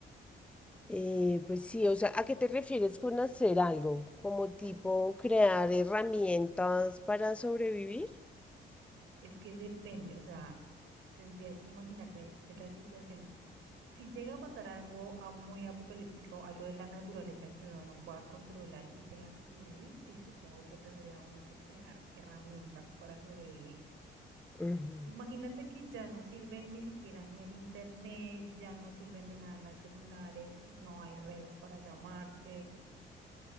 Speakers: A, in the centre; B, on the right.
A: Eh, pues sí, o sea, ¿a qué te refieres con hacer algo? ¿Como tipo
B: O s-
A: crear herramientas para sobrevivir?
B: es que depende, o sea, tendrías que imaginarte de la situación. Si llega a pasar algo ah, muy apocalíptico, algo de la naturaleza que uno no pueda controlar y tenga que sobrevivir, sí, supongo que tendría uno que crear herramientas para sobrevivir.
A: Ujú,
B: Imagínate que ya no sirve ni siquiera ni el internet, ya no sirven de nada las celulares, no hay redes para llamarse.